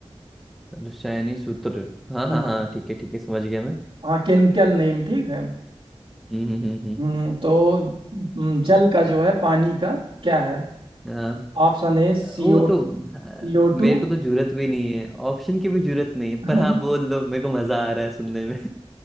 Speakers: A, in the centre; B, on the right (about 60°).
A: रसायनी सूत्र हाँ
B: हम्म,
A: हाँ हाँ ठीक है ठीक है समझ गया मैं
B: हाँ केमिकल नेम ठीक है
A: हम्म हम्म हम्म हम्म,
B: हम्म, तो हम्म, जल का जो है पानी का क्या है
A: हाँ
B: Option A CO
A: वो तो हाँ,
B: सीओ
A: मेरे
B: टू
A: को तो जरूरत भी नहीं है ऑप्शन की भी जरूरत नहीं है पर
B: <laughs>
A: हाँ बोल दो मेरे को मजा आ रहा है सुनने में